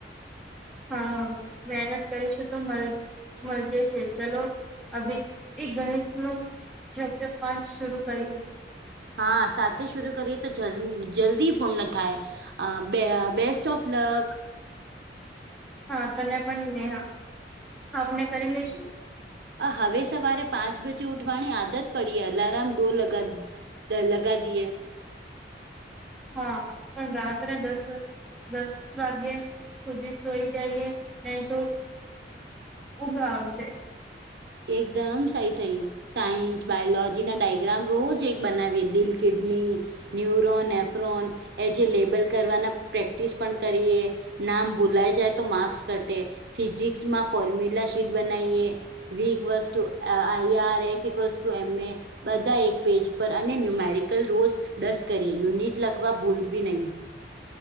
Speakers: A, in the centre; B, on the right.
A: હા મહેનત કરીશું તો મ મળજે છે ચલો આવીભ એક ગણિત નૂ ચેપટ પાંચ શરૂ કરીએ
B: હા સાથે સુરુ કરીએ તો જ જલ્દી પૂર્ણ થાય આ બે બેસ્ટ ઓફ લક
A: હા તને પણને હા આપને કરી લઈેશું
B: આ હવે સવારે પાંચ બજે ઉઠવાની આદત પડી અલારામ દો લગ દ લગા દએ
A: હા પણ રાત્રે દસ વ દસ વાગ્યા સુધી સોઈ જઈએ નહી તો ઊંઘ આવસે
B: એકદમ સહી થયું સાયન્સ બાયોલોજી ના ડાયગ્રામ રોજ એક બનાવીએ દિલ કિડની ન્યુરોન એફરોન એ જે લેબલ કરવાના પ્રેક્ટિસ પણ કરીએ નામ ભૂલાઈ જાય તો માર્ક્સ ઘટે ફિઝિકસમાં ફોર્મ્યુલા શીટ બનાવીએ વીક વસ ટુ આઈ આર એફવ ટુ એમ એ બધા એક પેજ પર અને ન્યુમેરિકલ રોજ દસ કરીએ યુનિટ લખવા ભૂલવી નહી